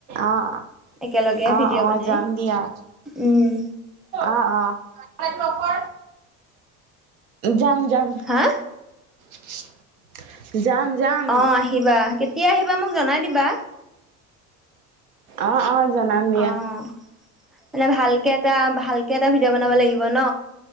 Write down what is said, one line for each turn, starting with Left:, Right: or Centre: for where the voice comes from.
Right: আহ
Centre: একেলগে
Right: আহ
Centre: ভিডিঅ'
Right: অ'
Centre: বনাই
Right: যাম দিয়া।
Centre: উম।
Right: অ' অ' লাইট টোৰ অফ কৰ, যাম যাম।
Centre: হা
Right: <inaudible> যাম, যাম।
Centre: অ', আহিবা কেতিয়া আহিবা মোক জনাই দিবা
Right: অ' অ' জনাম দিয়া।
Centre: অ'। মানে ভালকে এটা ভালকে এটা ভিডিঅ' বনাব লাগিব ন